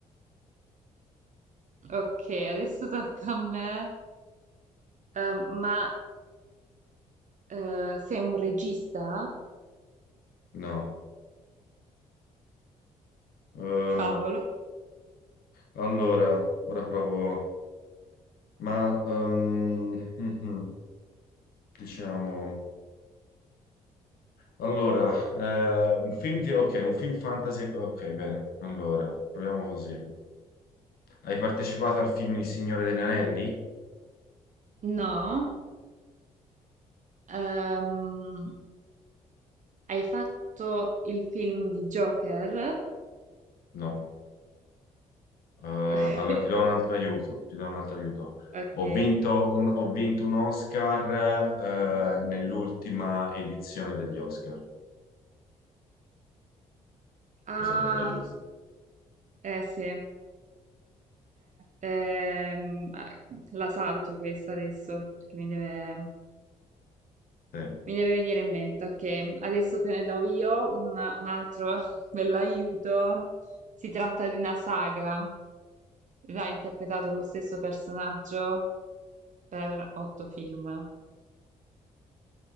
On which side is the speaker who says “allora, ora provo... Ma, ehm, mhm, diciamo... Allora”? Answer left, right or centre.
Left